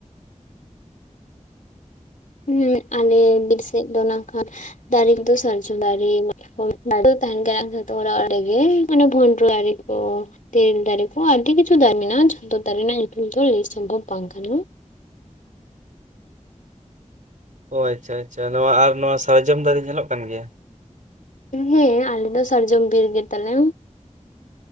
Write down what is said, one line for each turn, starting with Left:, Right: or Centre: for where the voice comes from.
Left: ᱦᱩᱸ ᱟᱞᱮ ᱵᱤᱨ ᱥᱮᱫ ᱫᱚ ᱱᱟᱠᱷᱟᱱ ᱫᱟᱨᱮ ᱠᱚᱫᱚ ᱥᱟᱨᱡᱚᱢ ᱫᱟᱨᱮ <unintelligible> ᱛᱟᱦᱮᱱ ᱜᱮ <unintelligible> ᱚᱰᱮ ᱜᱮ ᱢᱟᱱᱮ ᱵᱷᱳᱱᱰᱨᱚ ᱫᱟᱨᱮ ᱠᱚ᱾ ᱛᱮᱨᱮᱞ ᱫᱟᱨᱮ ᱠᱚ ᱟᱹᱰᱤ ᱠᱤᱪᱷᱩ ᱫᱟᱨᱮ ᱢᱮᱱᱟᱜᱼᱟ, ᱡᱷᱚᱛᱚ ᱫᱟᱨᱮ ᱨᱮᱱᱟᱜ ᱧᱩᱛᱩᱢ ᱫᱚ ᱞᱟᱹᱭ ᱥᱚᱢᱵᱷᱚᱵ ᱵᱟᱝ ᱠᱟᱱᱟ᱾
Right: ᱚ ᱟᱪᱪᱷᱟ, ᱟᱪᱪᱷᱟ, ᱱᱚᱣᱟ ᱟᱨ ᱱᱚᱣᱟ ᱥᱟᱨᱡᱚᱢ ᱫᱟᱨᱮ ᱧᱮᱞᱚᱜ ᱠᱟᱱ ᱜᱮᱭᱟ?
Left: ᱦᱮᱸ, ᱟᱞᱮ ᱫᱚ ᱥᱟᱨᱡᱚᱢ ᱵᱤᱨ ᱜᱮ ᱛᱟᱞᱮ᱾